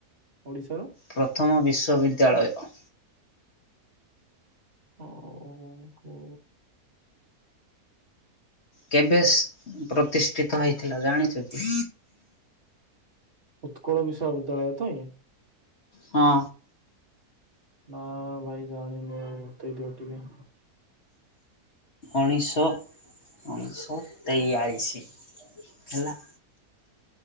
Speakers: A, on the right; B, on the left.
A: ଓଡିଶାର
B: ପ୍ରଥମ ବିଶ୍ୱବିଦ୍ୟାଳୟ।
A: ଓ ହୋ।
B: କେବେ ପ୍ରତିଷ୍ଠିତ ହେଇଥିଲା ଜାଣିଚ କି?
A: ଉତ୍କଳ ବିଶ୍ଵବିଦ୍ୟାଳୟ ତ ଏ
B: ହଁ।
A: ନା ଭାଇ ଜାଣିନି, ଆଉ ବତେଇ ଦିଅ ଟିକେ।
B: ଉଣେଇଶ ଉଣେଇଶ ତେୟାଳିଶ ହେଲା।